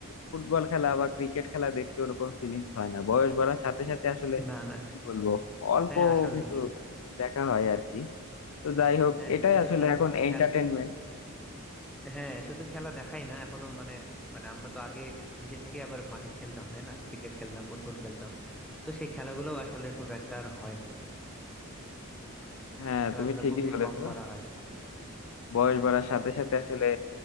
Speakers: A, on the left; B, in the centre.
A: ফুটবল খেলা বা ক্রিকেট খেলা দেখতে ওরকম ফিলিংস হয় না বয়স বাড়ার সাথে সাথে আসলে
B: না না
A: কি বলবো অল্প
B: হ্যাঁ আসলে
A: কিছু দেখা হয় আর কি তো যাই হোক
B: হ্যাঁ
A: এটাই
B: শুধু
A: আসলে
B: খেলা
A: এখন এন্টারটেনমেন্ট
B: খেলা হ্যাঁ শুধু খেলা দেখাই না এখনো মানে মানে আমরা তো আগে নিজে থেকে আবার মাঠে খেলতাম তাই না ক্রিকেট খেলতাম ফুটবল খেলতাম তো সেই খেলাগুলো আসলে খুব একটা আর হয় না
A: হ্যাঁ
B: খেলাধুলা
A: তুমি ঠিকই
B: খুবই
A: বলেছো
B: কম করা হয়
A: বয়স বাড়ার সাথে সাথে আসলে